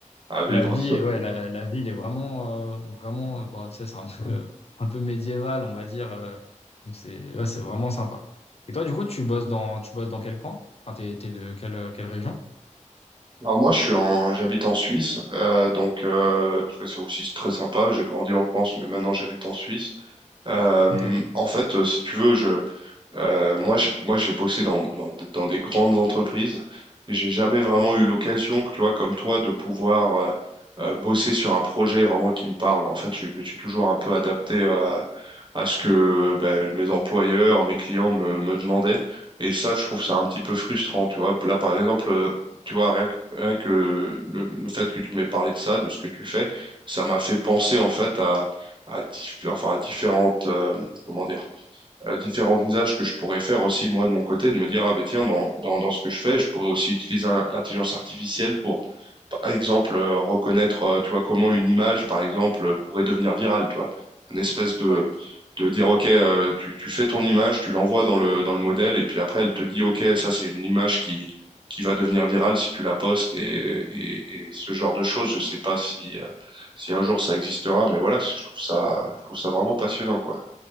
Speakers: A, on the right; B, on the left.
A: à vivre.
B: la vie, est- ouais, la, la ville est vraiment, euh, vraiment, euh, bon, tu sais, c'est un <laughs> peu, euh, un peu médiéval, on va dire. euh, donc c'est, ouais, c'est vraiment sympa. Et toi, du coup, tu bosses dans, tu bosses dans quel coin? Enfin, t'es, t'es de quelle, quelle région?
A: Alors moi, je suis en, j'habite en Suisse, euh, donc euh, c'est aussi très sympa. J'ai grandi en France, mais maintenant j'habite en Suisse. Euh,
B: Ok.
A: en fait, euh, si tu veux, je, euh, moi, je- moi, j'ai bossé dans, dans, dans des grandes entreprises. J'ai jamais vraiment eu l'occasion, tu vois, comme toi, de pouvoir euh, euh, bosser sur un projet vraiment qui me parle. En fait, je me suis toujours un peu adapté euh, à ce que ben, mes employeurs, mes clients me, me demandaient. Et ça, je trouve ça un petit peu frustrant, tu vois. Là, par exemple, euh, tu vois, rien que, rien que le, le fait que tu m'aies parlé de ça, de ce que tu fais, ça m'a fait penser, en fait, à, à, diff- enfin, à différentes, euh, comment dire euh, différents usages que je pourrais faire aussi moi de mon côté, de me dire, ah ben tiens, dans, dans, dans ce que je fais, je pourrais aussi utiliser un- l'intelligence artificielle pour, par exemple, euh, reconnaître, euh, tu vois, comment une image, par exemple, euh, pourrait devenir virale, tu vois. Une espèce de,
B: Ouais.
A: de dire, ok, euh, tu, tu fais ton image, tu l'envoies dans le, dans le modèle, et puis après, elle te dit, ok, ça c'est une image qui, qui va devenir virale si tu la postes, et, et, et ce genre de choses, je sais pas si, euh, si un jour ça existera, mais voilà, je trouve ça, je trouve ça vraiment passionnant, quoi.